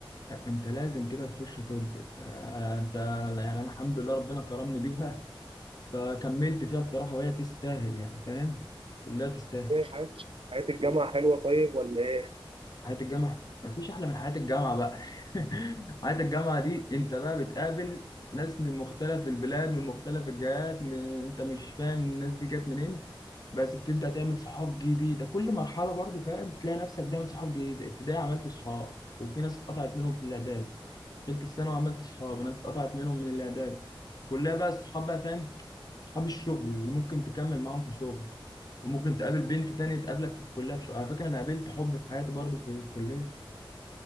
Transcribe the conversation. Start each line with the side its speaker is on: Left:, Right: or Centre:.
Left: انت لازم كده تخش طب فانت يعني انا الحمد لله ربنا كرمني بيها فكملت فيها بصراحه وهي تستاهل يعني فاهم كلها تستاهل
Right: ايه حياه حياه الجامعه حلوه طيب ولا ايه
Left: حياة الجامعة مفيش أحلى من حياة الجامعة بقى <laughs> حياة الجامعة دي أنت بقى بتقابل ناس من مختلف البلاد من مختلف الجهات من... أنت مش فاهم الناس دي جت منين بس بتبدأ تعمل صحاب جديدة كل مرحلة برضو فاهم تلاقي نفسك بتعمل صحاب جديدة ابتدائي عملت صحاب وفي ناس اتقطعت منهم في الإعداد تالتة ثانوي عملت صحاب وناس اتقطعت منهم من الإعداد كلها بقى الصحاب بقى فاهم صحاب الشغل اللي ممكن تكمل معاهم في الشغل وممكن تقابل بنت تانية تقابلك في الكلية في شغل. على فكرة أنا قابلت حب في حياتي برضو في الكلية